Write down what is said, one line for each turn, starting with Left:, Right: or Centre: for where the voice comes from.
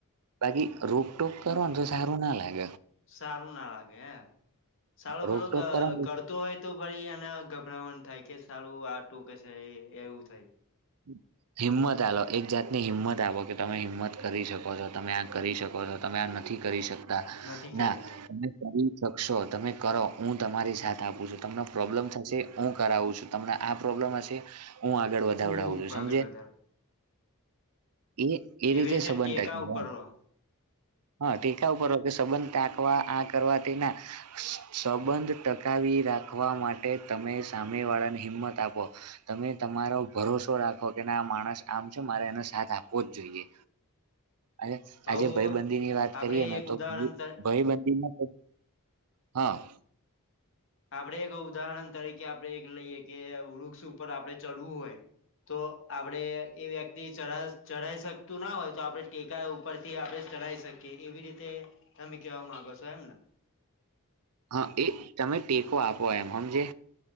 Right: બાકી રોકટોક કરોન તો સારું ના લાગ
Left: સારું ના લાગે હે, સાલો
Right: રોકટોક
Left: પેલો ક
Right: કરો ને
Left: કરતો હોય તો પહી એને ગભરામણ થાય કે સાલુ આ ટોકે સે એ એવું થાય.
Right: <inaudible> હિંમત આલ એક જાતની હિંમત આવ કે તમે હિંમત કરી શકો છો તમે આ કરી શકો છો. તમે આ નથી કરી શકતા
Left: નથી કરતા
Right: ના કરી શકશો તમે કરો હું તમારી સાથ આપું છું તમને પ્રોબ્લમ થશે હું કરાવું છું. તમને આ પ્રોબ્લમ હશે હું આગળ વધાવડાવું
Left: હું
Right: છું સમજે
Left: આગળ વધાર.
Right: એ એ
Left: એવી
Right: રીતે સંબંધ
Left: ટેકા
Right: ટકી
Left: ઉપર
Right: રે એમ
Left: રહો
Right: હા ટેકા ઉપર હો કે સંબંધ ટાકવા આ કરવા થી ના સંબંધ ટકાવી રાખવા માટે તમે સામે વાળાને હિંમત આપો તમે તમારો ભરોસો રાખો કે ના આ માણસ આમ છે મારે એનો સાથ આપવો જ જોઈએ. આજે
Left: હવ
Right: આજે ભયબંધી ની વાત
Left: આપડે
Right: કરીએ ને
Left: એક
Right: તો
Left: ઉદાહરણ તર
Right: ભયબંધીમાં હા.
Left: આપડે એક ઉદાહરણ તરીકે આપડણે એક લઈએ કે વૃક્ષ ઉપર આપડણે ચડવું હોય તો આપડે એ વ્યક્તિ થી ચ ચઢાઈ શકતું ના હોય તો આપણે ટેકા ઉપર થી આપણે ચઢાવ શકીએ એવી રીતે તમે કેહેવા માંગો છો એમ ને
Right: હા એ તમે ટેકો આપો એમ સમમજે